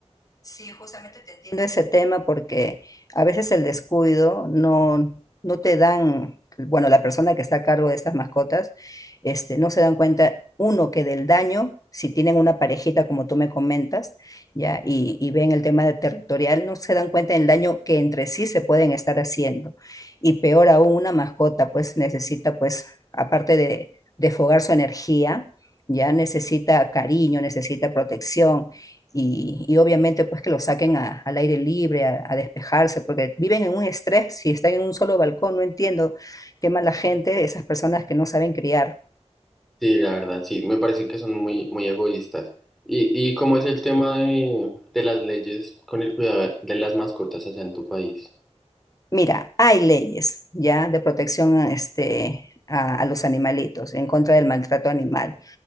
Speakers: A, on the left; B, in the centre.
A: Sí, justamente te entiendo ese tema porque a veces el descuido no, no te dan, bueno, la persona que está a cargo de estas mascotas, este, no se dan cuenta, uno, que del daño, si tienen una parejita como tú me comentas, ya, y, y ven el tema de territorial, no se dan cuenta del daño que entre sí se pueden estar haciendo. Y peor aún, una mascota pues necesita pues, aparte de, de fogar su energía, ya necesita cariño, necesita protección y, y obviamente pues que lo saquen a- al aire libre, a, a despejarse, porque viven en un estrés, si están en un solo balcón, no entiendo qué mala gente, esas personas que no saben criar.
B: Sí, la verdad, sí, me parece que son muy, muy egoístas. ¿Y, y cómo es el tema de, de las leyes con el cuidado de las mascotas allá en tu país?
A: Mira, hay leyes ya de protección a, este, a, a los animalitos, en contra del maltrato animal.